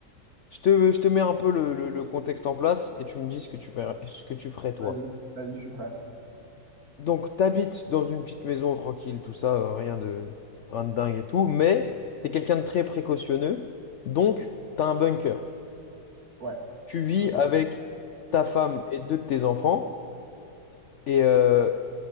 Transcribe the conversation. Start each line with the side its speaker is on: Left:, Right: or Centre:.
Left: Je te, je te mets un peu le, le- le contexte en place et tu me dis ce que tu ferais, ce que tu ferais toi.
Right: Vas-y, vas-y, je suis prêt.
Left: Donc, t'habites dans une petite maison tranquille, tout ça, euh, rien de, rien de dingue et tout, mais t'es quelqu'un de très précautionneux, donc t'as un bunker.
Right: Ouais.
Left: Tu vis
Right: Ok.
Left: avec ta femme et deux de tes enfants. Et, euh,